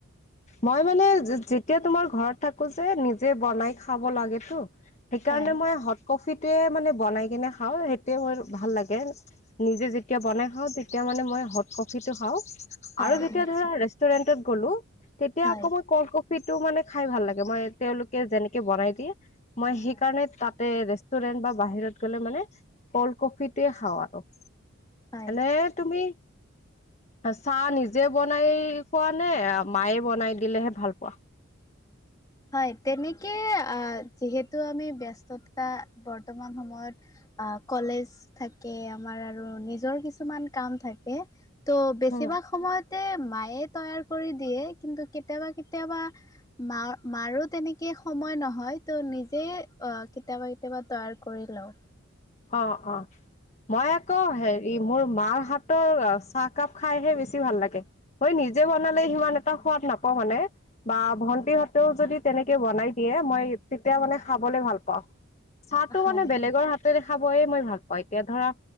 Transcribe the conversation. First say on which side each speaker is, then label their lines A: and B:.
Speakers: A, on the left (about 35°); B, on the left (about 15°).
A: মই মানে যেতিয়া তোমাৰ ঘৰত থাকো যে নিজে বনাই খাব লাগেতো, - সেইকাৰণে
B: হয়,
A: মই হট কফিটোৱে মানে বনাই কিনে খাওঁ, সেইটোৱে মোৰ ভাল লাগে। নিজে যেতিয়া বনাই খাওঁ তেতিয়া মানে মই হট কফিটো খাওঁ।
B: হয়,
A: আৰু যেতিয়া
B: নিশ্চয়
A: ধৰা ৰেষ্টুৰেন্টত গ'লো, তেতিয়া
B: হয়,
A: আকৌ মই কল্ড- ফিটো মানে খাই ভাল লাগে, মই তেওঁলোকে যেনেকে বনাই দিয়ে মই সেইকাৰণে
B: হয়।
A: তাত- এ ৰেষ্টুৰেন্ট বা বাহিৰত গ'লে মানে কল্ড কফিটোৱে খাওঁ আৰু।
B: হয়
A: এনে- তুমি চাহ নিজে বনাই খোৱা নে মায়ে- বনাই দিলেহে ভাল পোৱা।
B: হয়, তেনেকে আ যিহেতু আমি ব্যস্ততা বৰ্তমান সময়ত- অ কলেজ থাকে আমাৰ আৰু নিজৰ কিছুমান কাম থাকে। ত' বেছিভাগ
A: উম।
B: সময়তে মায়ে তৈয়াৰ কৰি দিয়ে, কিন্তু কেতিয়াবা কেতিয়াবা- মাৰ- মাৰোঁ তেনেকে সময় নহয়, তো নিজেই কেতিয়াবা কেতিয়াবা তৈয়াৰ কৰি লওঁ।
A: অঁ' অঁ' মই আকৌ হে- ই মোৰ মাৰ হাতৰ চাহকাপ খাইহে বেছি ভাল লাগে। মই নিজে বনালে সিমান এটা সোৱাদ নাপাওঁ মানে। বা ভন্টি হতেও যদি তেনেকে বনাই দিয়ে মই তেতিয়া মানে খাবলে ভাল পাওঁ। চাহটো
B: হয়
A: মানে বেলেগৰ হাতৰেহে খাবয়ে মই ভাল পাওঁ, এতিয়া ধৰা